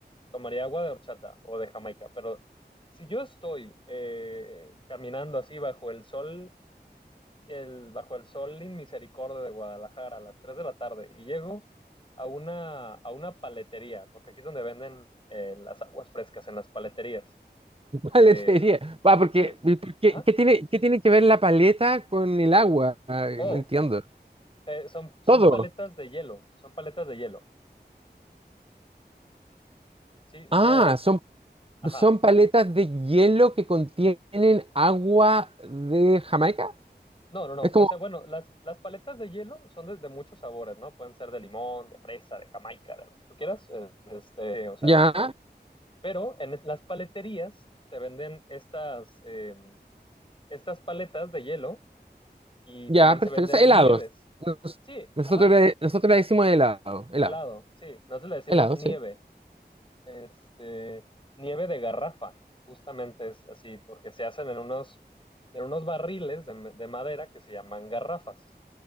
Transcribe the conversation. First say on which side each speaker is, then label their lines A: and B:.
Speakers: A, on the left; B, on the right.
A: tomaría agua de horchata o de Jamaica. Pero si yo estoy eh, caminando así bajo el sol el Bajo el Sol en Misericordia de Guadalajara a las 3 de la tarde y llego a una, a una paletería, porque aquí es donde venden eh, las aguas frescas, en las paleterías.
B: <laughs>
A: Eh,
B: ¿cuál es- sería? Va, porque,
A: sí,
B: porque-
A: ajá.
B: ¿qué tiene, qué tiene que ver la paleta con el agua? Ah,
A: Oh,
B: No entiendo.
A: eh, son, son
B: Todo.
A: paletas de hielo, son paletas de hielo. Sí,
B: Ah,
A: sí hay,
B: son,
A: ajá.
B: son paletas de hielo que contienen agua de Jamaica.
A: No, no, no.
B: Es como,
A: O sea, bueno, las, las paletas de hielo son de, de muchos sabores, ¿no? Pueden ser de limón, de fresa, de jamaica, de lo que tú quieras. eh, Este, o sea,
B: ya,
A: pero en es- las paleterías te venden estas, em, estas paletas de hielo y
B: ya,
A: también se
B: perfecto.
A: venden
B: O sea, helados.
A: nieves.
B: Nos-
A: Sí,
B: Nosotros,
A: ajá,
B: le- nosotros le decimos helado, helado,
A: helado, sí. Nosotros le decimos
B: helado,
A: nieve,
B: sí.
A: este, nieve de garrafa, justamente es así, porque se hacen en unos, en unos barriles de, de madera que se llaman garrafas.